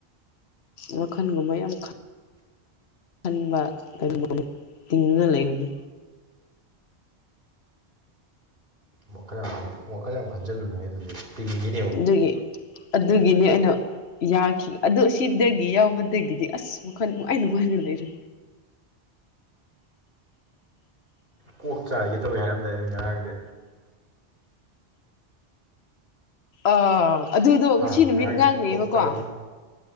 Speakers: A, on the left; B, on the right.
A: ꯋꯥꯈꯟꯒꯨꯝꯕ ꯌꯥꯝ ꯈꯟ ꯈꯟꯕ ꯑꯗꯨꯗꯨꯅ <unintelligible> ꯇꯤꯡꯉ ꯂꯩꯕꯅꯤ꯫
B: ꯋꯥꯈꯜ ꯌꯥꯝ ꯋꯥꯈꯜ ꯌꯥꯝ ꯈꯟꯖꯜꯂꯨꯅꯨꯍꯦ ꯑꯗꯨꯗꯤ ꯇꯤꯡꯒꯤꯅꯤ
A: ꯑꯗꯨꯒꯤ ꯑꯗꯨꯒꯤꯅꯤ ꯑꯩꯅ ꯌꯥꯈꯤ ꯑꯗꯨ ꯑꯁꯤꯗꯒꯤ ꯌꯥꯎꯕꯗꯒꯤꯗꯤ ꯑꯁ ꯋꯥꯈꯜ ꯅꯨꯡꯉꯥꯏ ꯅꯨꯡꯉꯥꯏꯅ ꯂꯩꯔꯦ꯫
B: ꯀꯣꯛ ꯆꯥꯏꯒꯦ ꯇꯧꯏ ꯍꯥꯏꯔꯝꯗꯥꯏ ꯉꯔꯥꯡꯗꯤ꯫
A: ꯑꯥ ꯑꯗꯨꯗꯣ ꯉꯁꯤ
B: ꯍꯥ
A: ꯅꯨꯃꯤꯠ
B: ꯉꯔꯥꯡꯗꯤ
A: ꯉꯥꯡꯅꯩꯕꯀꯣ
B: ꯀꯣꯛ ꯆꯥꯏꯒꯦ